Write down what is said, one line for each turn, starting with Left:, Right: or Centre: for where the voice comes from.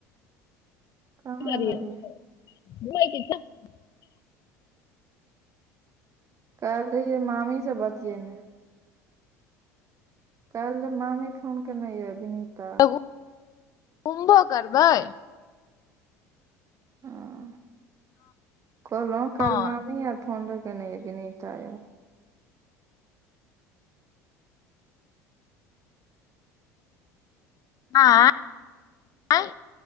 Right: कहाँ
Left: की करिये
Right: गेलियै
Left: नै किछो <unintelligible>
Right: काईल रहियै मामी सँ बतियेने काल्हि मामी फोन केयने यए विनीता
Left: तऽ घुमबो करबै
Right: हँ कहलहु काल्हि
Left: हँ
Right: मामी आर फोन रहै केने विनीता यार
Left: आँय